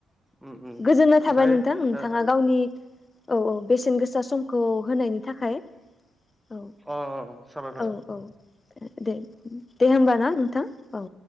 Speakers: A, in the centre; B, on the left.
A: उम उम ओमफ्राय
B: गोजोननाय थाबाय नोंथां नोंथाङा।
A: अ
B: गावनि औ औ बेसेन गोसा समखौ होनायनि थाखाय औ
A: अ अ साबाय
B: औ औ दे दे होमबा ना नोंथां औ